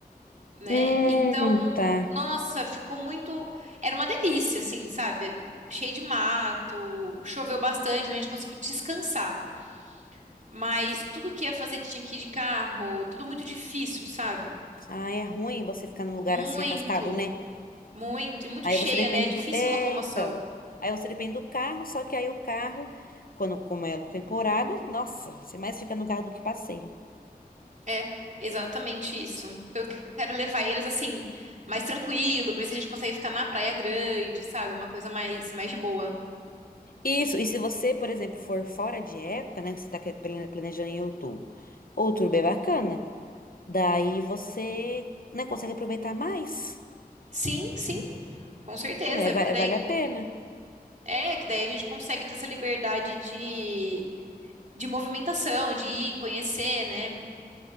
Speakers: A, on the right; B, on the left.
A: né?
B: Hum,
A: Então,
B: tá.
A: nossa, ficou muito. Era uma delícia, assim, sabe? Cheio de mato, choveu bastante, então a gente conseguiu descansar. Mas tudo que ia fazer tinha que ir de carro, tudo muito difícil, sabe?
B: Ah, é ruim você ficar num lugar
A: Muito.
B: assim afastado, né?
A: Muito, e muito
B: Aí
A: cheia,
B: você depende
A: né? É difícil
B: do. É,
A: locomoção.
B: então. Aí você depende do carro, só que aí o carro, quando como é a temporada, nossa, você mais fica no carro do que passeia.
A: É, exatamente isso. Então, Eu quero levar eles assim, mais tranquilo, pra ver se a gente consegue ficar na Praia Grande, sabe? Uma coisa mais, mais de boa.
B: Isso, e se você, por exemplo, for fora de época, né? Você tá que- plane- planejando em outubro. Outubro é bacana. Daí você, né, consegue aproveitar mais.
A: Sim, sim, com certeza.
B: É,
A: Porque
B: va-
A: daí,
B: vale a pena.
A: é, que daí a gente consegue ter essa liberdade de, de movimentação, de ir, conhecer, né?